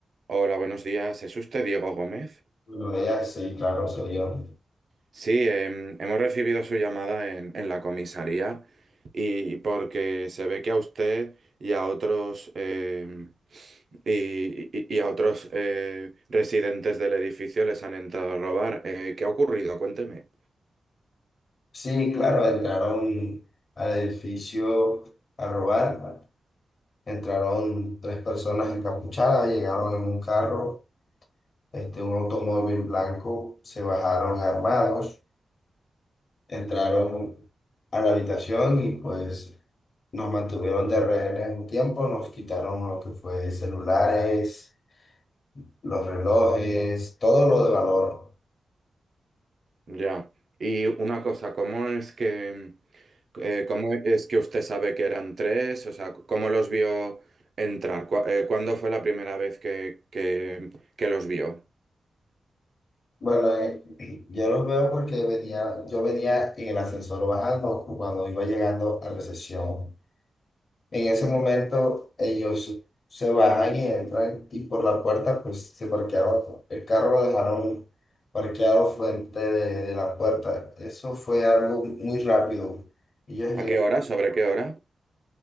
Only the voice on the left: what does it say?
Lo veía, sí, claro, soy yo.
Sí, claro, entraron al edificio a robar. Entraron tres personas encapuchadas, llegaron en un carro, este, un automóvil blanco, se bajaron armados, entraron a la habitación y pues nos mantuvieron de rehenes un tiempo, nos quitaron lo que fue celulares, los relojes, todo lo de valor.
Bueno, eh, yo los veo porque venía, yo venía en el ascensor bajando cuando iba llegando a recepción. En ese momento ellos se bajan y entran y por la puerta pues se parquearon. El carro lo dejaron parqueado frente de, de la puerta. Eso fue algo muy rápido. Ellos llegaron.